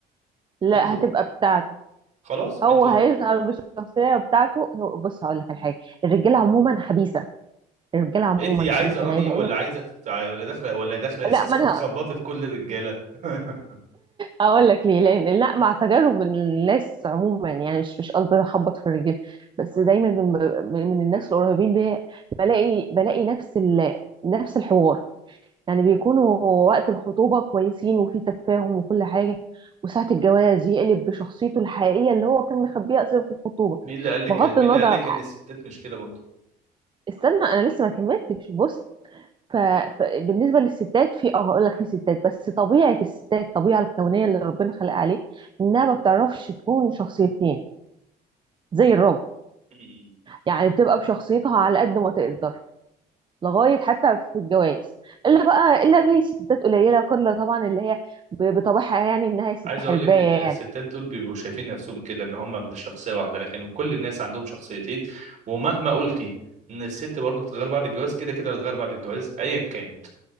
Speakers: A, on the right; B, on the right.
A: لا
B: انتوا
A: هتبقى بتاعته
B: خلاص
A: هو
B: ما انتوا
A: هيظهر بالشخصية بتاعته هو- بص هقول لك على حاجة الرجالة عموما خبيثة الرجاله عموما
B: انت عايزه
A: خبيثه
B: رايي
A: انا عايزه
B: ولا
A: اقول لك
B: عايزه تت- ولا داخله ولا داخله اساسا
A: لا ما انا
B: تخبطي في كل الرجاله <laughs>
A: هقول لك ليه لان لا مع تجارب الناس عموما يعني مش مش قصدي اخبط في الرجاله بس دايما من, من الناس القريبين بي بلاقي بلاقي نفس ال... نفس الحوار يعني بيكونوا وقت الخطوبه كويسين وفي تفاهم وكل حاجه وساعه الجواز يقلب بشخصيته الحقيقيه اللي هو كان مخبيها اصلا في الخطوبه
B: مين اللي قال لك
A: بغض
B: مين
A: النظر
B: اللي قال
A: عن-
B: لك ان الستات مش كده برضه
A: استنى انا لسه ما كملتش بص فبالنسبه للستات في اه هقول لك في ستات بس طبيعه الستات الطبيعه الكونيه اللي ربنا خلقها عليه انها ما بتعرفش تكون شخصيتين زي الراجل
B: <laughs>
A: يعني بتبقى بشخصيتها على قد ما تقدر لغايه حتى في الجواز الا بقى الا في ستات قليله كل طبعا اللي هي ب- بطبعها يعني انها ست
B: عايز
A: حربايه
B: اقول لك إن الستات
A: يعني
B: دول بيبقوا شايفين نفسهم كده ان هم من شخصيه واحده لكن كل الناس عندهم شخصيتين ومهما قلتي ان الست برضو بتتغير بعد الجواز كده كده هتتغير بعد الجواز ايا كانت